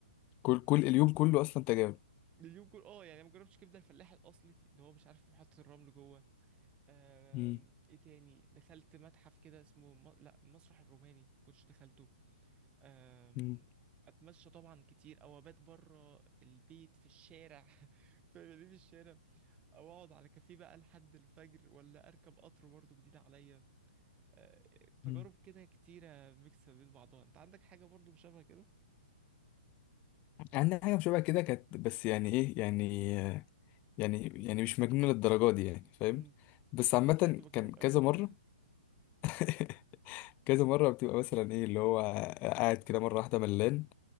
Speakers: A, on the left; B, on the right.
A: كل كل اليوم كله أصلا تجارب
B: اليوم كله اه يعني ما جربتش كبده الفلاح الاصلي اللي هو مش عارف في محطه الرمل جوه آم،
A: مم.
B: ايه تاني دخلت متحف كده اسمه م... لا المسرح الروماني كنتش دخلته أم،
A: مم.
B: اتمشى طبعا كتير او ابات بره البيت في الشارع <laughs> في مدينة الشارع او اقعد على كافيه بقى لحد الفجر ولا اركب قطر برضه جديد عليا أه، تجارب
A: مم.
B: كده كتيرة ميكس ما بين بعضها انت عندك حاجة برضه شبه كده
A: عندنا <laughs> حاجة شبه كده كانت بس يعني إيه يعني يعني يعني مش مجنونة للدرجة دي يعني فاهم
B: امم
A: بس عامة
B: لو طلعت مجنون
A: كان
B: قوي
A: كذا
B: كده
A: مرة <laughs> كذا مرة بتبقى مثلا ايه اللي هو قاعد كده مرة واحدة ملان